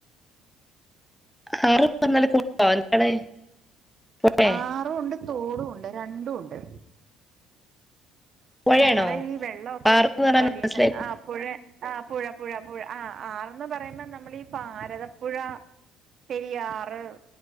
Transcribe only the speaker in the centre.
<unintelligible> പുഴ
പുഴയാണോ
ആറ് എന്ന് പറഞ്ഞാൽ
മനസ്സിലായില്ല